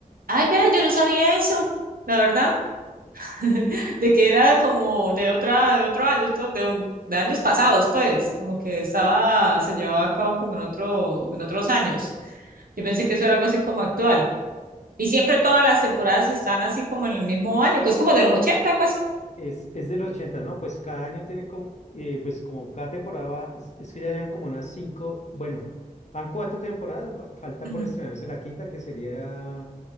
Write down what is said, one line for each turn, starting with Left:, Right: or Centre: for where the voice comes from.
Right: Ay, vea, yo no sabía eso, la verdad, <laughs> de que era como de otra, de otro año, esto de, un- de años pasados, pues, como que estaba, se llevaba a cabo como en otro, en otros años. Yo pensé que eso era algo así como actual. Y siempre todas las temporadas están así como en el mismo año, que es como de los ochenta algo así.
Left: Es, es de los 80, ¿no? Pues cada año tiene como, eh, pues como cada temporada, va- es, es que ya llevan como unas cinco, bueno, van cuatro temporadas, va- falta
Right: Ujú.
Left: por estrenarse la quinta, que sería